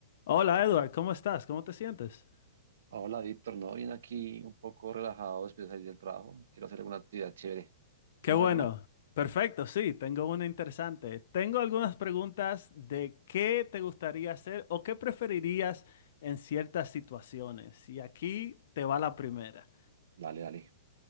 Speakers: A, on the left (about 60°); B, on the right (about 70°).
A: Hola Edward, ¿cómo estás? ¿Cómo te sientes?
B: Hola, Víctor. No, vine aquí un poco relajado después de salir del trabajo. Quiero hacer alguna actividad chévere.
A: Qué
B: ¿Tienes
A: bueno.
B: alguna?
A: Perfecto, sí, tengo una interesante. Tengo algunas preguntas de qué te gustaría hacer o qué preferirías en ciertas situaciones. Y aquí te va la primera.
B: Dale, dale.